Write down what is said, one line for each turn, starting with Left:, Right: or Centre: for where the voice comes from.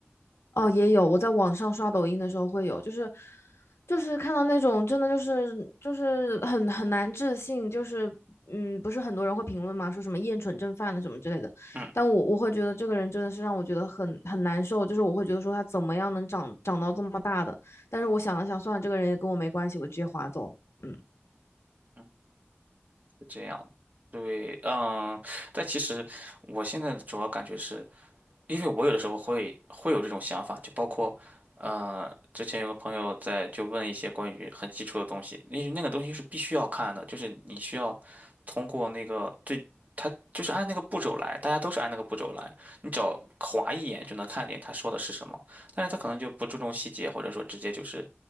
Left: 哦，也有，我在网上刷抖音的时候会有，就是就是看到那种真的就是就是很很难置信，就是嗯，不是很多人会评论嘛，说什么厌蠢症犯了什么之类的，
Right: 嗯
Left: 但我我会觉得这个人真的是让我觉得很很难受，就是我会觉得说他怎么样能长长到这么大的，但是我想了想，算了，这个人也跟我没关系，我直接划走了，嗯。
Right: 嗯，是这样。对，嗯，但其实我现在主要感觉是，因为我有的时候会会有这种想法，就包括，呃，之前有个朋友在就问一些关于很基础的东西，那那个东西是必须要看的，就是你需要通过那个最，他就是按那个步骤来，大家都是按那个步骤来，你只要划一眼就能看见他说的是什么，但是他可能就不注重细节，或者说直接就是